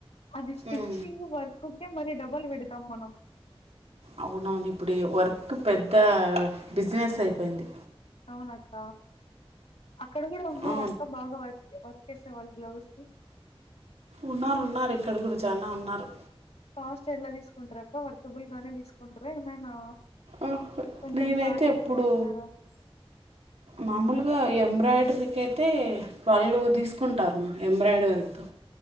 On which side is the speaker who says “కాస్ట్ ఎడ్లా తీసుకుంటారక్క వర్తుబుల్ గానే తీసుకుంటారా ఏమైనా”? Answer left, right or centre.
Left